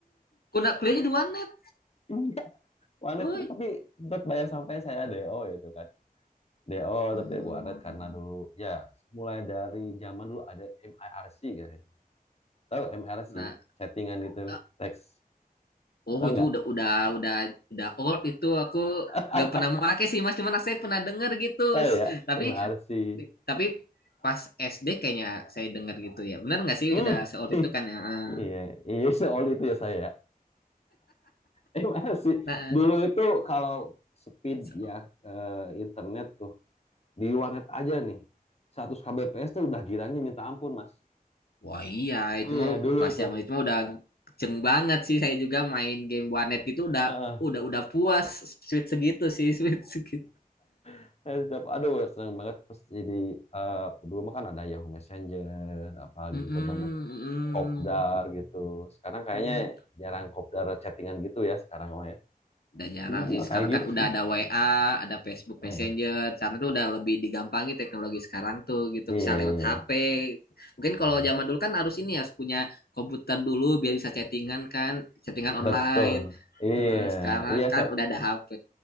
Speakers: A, on the left; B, on the left.
A: kuda kuliahnya di One net
B: Iya, warnet
A: oh
B: itu tapi tetap bayar sampai saya DO itu kan. DO
A: Hmm.
B: tapi warnet karena dulu ya mulai dari zaman dulu ada MIRC kayaknya. Tahu MIRC?
A: Nah,
B: Chattingan gitu,
A: eh,
B: teks.
A: oh
B: Tahu
A: itu
B: nggak?
A: udah udah udah udah old itu aku
B: <laughs>
A: gak pernah pakai sih Mas, cuman saya pernah denger gitu.
B: Oh ya,
A: <laughs> Tapi
B: MRC.
A: tapi pas SD kayaknya saya denger gitu ya. Benar nggak sih
B: Hmm.
A: udah se-old
B: <laughs>
A: itu kan ya? Eh,
B: Iya, iya itu all itu ya saya. MRC.
A: Nah,
B: Dulu itu kalau speed
A: se-
B: ya eh, internet tuh di warnet aja nih. 100 kbps tuh udah girangnya minta ampun, Mas.
A: wah iya itu
B: Iya,
A: mah
B: dulu
A: pas
B: tuh.
A: zaman itu mah udah kenceng banget sih saya juga main game warnet gitu udah
B: Heeh.
A: udah udah puas sweet segitu sih sweet segitu.
B: <laughs> setiap aduh senang banget pas jadi eh, dulu mah kan ada Yahoo Messenger apa
A: Mm-mm,
B: gitu kan banyak
A: mm-mm,
B: kopdar gitu. Sekarang kayaknya
A: mm.
B: jarang kopdar chattingan gitu ya sekarang mah ya.
A: Udah jarang
B: Dulu
A: sih.
B: mah
A: Sekarang
B: kayak gitu
A: kan udah
B: sih, Mas.
A: ada WA, ada Facebook
B: Eh,
A: Messenger. Karena tuh udah lebih digampangi teknologi sekarang tuh gitu.
B: Iya,
A: Bisa lewat
B: iya,
A: HP. Mungkin
B: iya.
A: kalau zaman dulu kan harus ini ya, harus punya komputer dulu biar bisa chattingan kan, chattingan online.
B: Betul. Iya,
A: Heeh, Sekarang
B: iya,
A: kan
B: so.
A: udah ada HP.